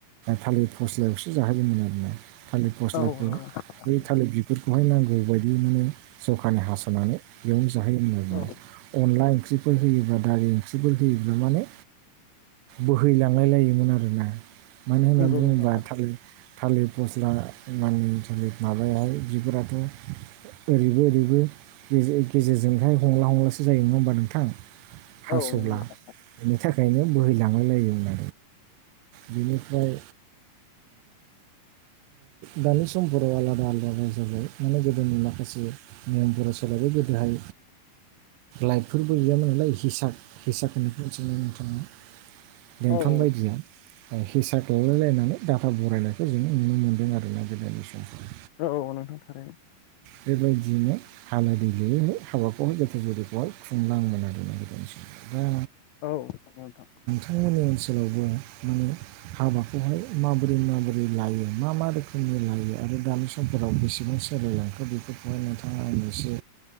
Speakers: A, on the right; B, on the left.
A: थालिर फस्लायावसो जाहोोमोन आरोना थालिर
B: औ
A: फस्लाखौ
B: नंगौ नोंथां थारैनो
A: बे थालिर बेफोरखौहाय नांगौ बायदि माने जखानि हास'नानै बेयावनो जाहै होन आरो
B: औ
A: अनला ओंख्रिफोर होयोबा दालि ओंख्रिफोर होयोब्ला माने बोहैलांलाय लायोमोन आरोना मानो होनना
B: नंगौ
A: बुङोब्ला
B: नोंथां थारैनो
A: थालिर थालिर फस्ला मानि थालिर माबायाहाय बिगुराथ' ओरैबो ओरैबो गेजेरजोंहाय हमला हमलासो जायो नङा होमबा नोंथां हास'ब्ला
B: औ नंगौ नोंथां
A: बेनि थाखायनो बोहैलां लायोमोन आरो बिनिफ्राय दानि समफोराव आलादा आलादा जाबाय माने गोदोनि माखासे ज बर' सल बे गोदोहाय लाइटफोरबो गैयामोन नालाय हिसाब फैसाखोननिफ्राय जनो नोंथाङा बेंटन
B: औ
A: बायदिया हिसाब खालामलायलायनानै डाटा बरायनायखौ जोङो नुनो मोन्दों आरोना गोदोनि समाव
B: औ औ नोंथां थारै
A: बेबायदियैनो हालादै गैयैहाय हाबाखौहाय गोथो गदैखौहाय खुंलङोन आरो ना गोदसा
B: औ नोंथां
A: बिथांमोननि ओनसोलावबो माने हाबाखौहाय माबोरै माबोरै लायो मा मा रोखोमनि लायो आरो दानि समफोराव बेसेबां सोलायलांखो बेफोरखौहाय नोंथाङा आंनो एसे